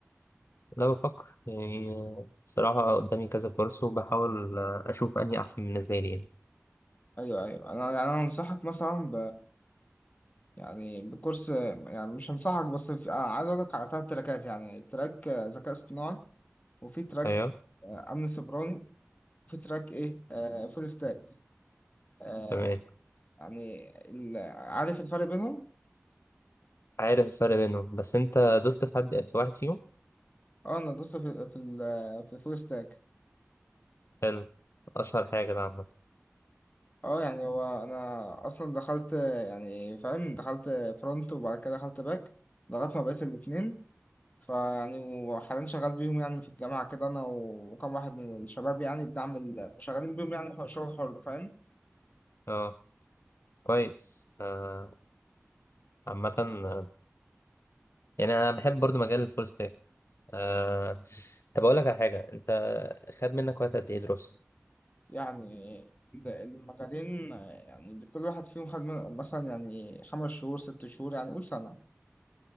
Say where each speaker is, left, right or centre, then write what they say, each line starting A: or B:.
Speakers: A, on the left; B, on the left.
A: لا بفكر يعني آه، بصراحة قدامي كذا كورس وبحاول آه، أشوف أنهي أحسن بالنسبة لي يعني
B: ايوه ايوه انا يعني انا انصحك مثلا يعني بكورس يعني مش هنصحك بس في... آه، عايز اقول لك على ثلاث تراكات يعني تراك آه، ذكاء اصطناعي وفي تراك
A: أيوه
B: آه، امن سيبراني وفي تراك ايه آه، فول ستاك آه،
A: تمام
B: يعني ال... عارف الفرق بينهم
A: عارف الفرق بينهم بس أنت دوست في حد في واحد فيهم
B: اه انا دوست في في ال... في فول ستاك
A: حلو أشهر حاجة ده عامة
B: اه يعني هو انا اصلا دخلت آه، يعني فاهم دخلت فرونت وبعد كده دخلت باك لغايه ما بقيت الاثنين فيعني وحاليا شغال بيهم يعني في الجامعة كده أنا وكم واحد من الشباب يعني بنعمل شغالين بيهم يعني حر- شغل حر فاهم
A: أه كويس آه، عامة آه، يعني أنا بحب برضو مجال الفول ستاك آه، طب أقول لك على حاجة أنت خد منك وقت قد إيه دراسة؟
B: يعني ال- المجالين آه، يعني كل واحد فيهم خد من- مثلا يعني خمس شهور ست شهور يعني قول سنة